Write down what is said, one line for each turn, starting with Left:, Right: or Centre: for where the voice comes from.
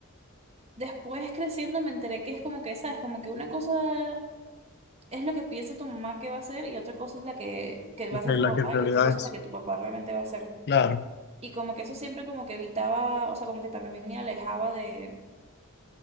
Right: después creciendo me enteré que es como que, sabes, como que una cosa... Es lo que piensa tu mamá que va a hacer y otra cosa es la que, que va
Left: Ok,
Right: a hacer
Left: La
Right: tu papá
Left: que en realidad
Right: y otra cosa
Left: es.
Right: es la que tu papá realmente va a hacer.
Left: Claro,
Right: Y como que eso siempre como que evitaba, o sea, como que también me alejaba de,